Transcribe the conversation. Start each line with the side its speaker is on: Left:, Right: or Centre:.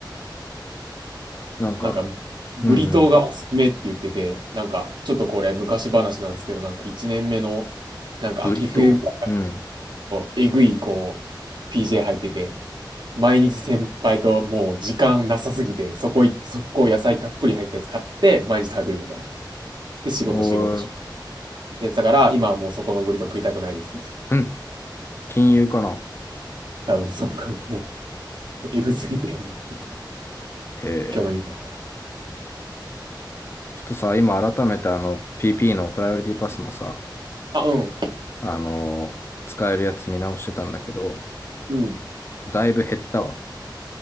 Left: なんか、
Right: なんか、ブリトーがおすすめって言ってて、
Left: うんうん。
Right: なんか、ちょっとこれ昔話なんですけど、なんか1年目の、なんか秋冬ぐらい
Left: ブリトーうん。
Right: のえぐい、こう、PJ 入ってて、毎日先輩ともう時間なさすぎて、そこ行って、速攻野菜たっぷり入ったやつ買って、毎日食べるみたいな。で、仕事仕事し。
Left: おー、
Right: やつだから、今はもうそこのブリトー食いたくないですって言って
Left: うん。金融かな。
Right: た。多分そうか、もう、えぐすぎてよね。<laughs>
Left: へえ。
Right: 今日の今。
Left: ちょっとさ、今改めてあの PP のプライオリティパスのさ、
Right: あ、うん。
Left: あのー使えるやつ見直してたんだけど、
Right: うん。
Left: だいぶ減ったわ。